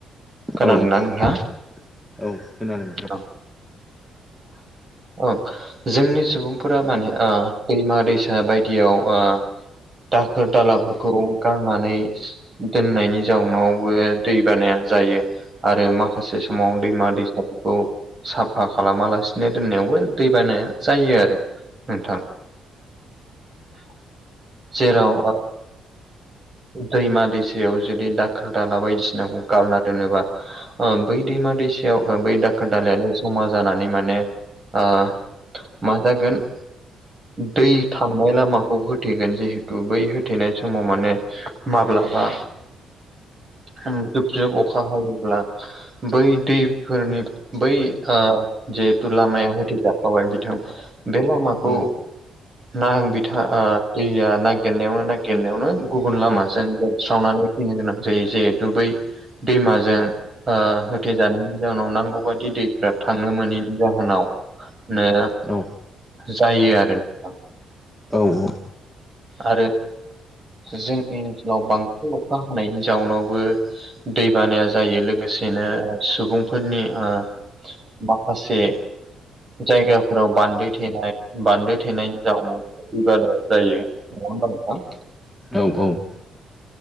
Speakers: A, on the right; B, in the centre.
A: खोनादोंना
B: औ
A: नोंथाङा
B: - औ खोनादों नोंथां।
A: औ औ। जोंनि सुबुंफोरा माने ओ दैमा दैसा बायदियाव ओ दाखोर दालाफोरखौ गारनानै दोननायनि जाउनावबो दै बानाया जायो। आरो माखासे समाव दैमा दैसा खौ साफा खालामालासिनो दोननायावबो दै बानाया जायो आरो। नोंथां जेराव दैमा दैसायाव जुदि दाखोर दाला बायदिसिनाखौ गारना दोनोबा ओ बै दैमा दैसायाव ओ बै दाखोर दालाायानो जमा जानानै माने ओ मा जागोन दै थांनाय लामाखौ होथेगोन जिहेतु बै होथेनाय समाव माने माब्लाबा ओम जुब - जुब अखा हायोब्ला बै दै फोरनि बै ओ जिहेथु लामाया होथैजाखाबाय बिथां बे लामाखौ
B: उम
A: ना बिथा दैया नागिरनायावनो - नागिरनायावनो गुबुन लामाजों लोबस्रावनानै फैनो गोनां जायो जेहुतु बै दैमाजों ओ होथेजानाय जाहोनाव नांगौ बायदि दैफ्रा थांनो मोनैनि जाहोनाव नो
B: औ।
A: जायो आरो नोंथां।
B: औ - औ।
A: आरो जोंनि ओनसोलाव बांसिन अखा हानाय जाउनावबो दै बानाया जायो लोगोसेनो ओ सुबुं फोरनि ओ माखासे जायगाफोराव बान्दो थेनाय बान्दो थेनायनायनि जाउनाव दैैबानाया जायो। <unintelligible>
B: औ - औ।